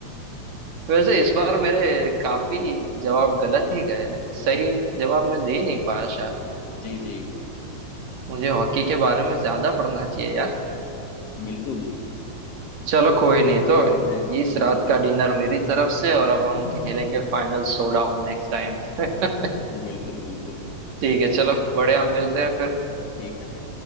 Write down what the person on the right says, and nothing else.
वैसे इस बार मेरे काफी जवाब गलत ही गए ना सही जवाब मैं दे नहीं पाया शायद
मुझे हॉकी के बारे में ज्यादा पढ़ना चाहिए यार
चलो कोई नहीं
तो
इस
रात
का डिनर मेरी तरफ से और अब हम
खेलेंगे फाइनल शोडाउन नेक्स्ट टाइम <laughs>
ठीक
है चलो बढ़िया मिलते हैं फिर